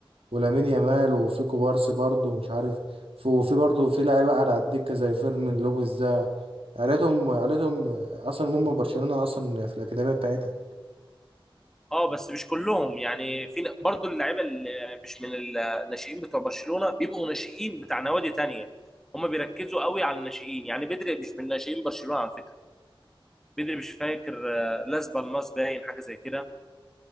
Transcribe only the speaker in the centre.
اه بس مش كلهم يعني في ن- برضو اللعيبه اللي مش من الناشئين بتوع برشلونه بيبقوا ناشئين بتاع نوادي تانية هم بيركزوا قوي على الناشئين يعني بدري مش من ناشئين برشلونه على فكره بدري مش فاكر آه، لاس بالماس باين حاجه زي كده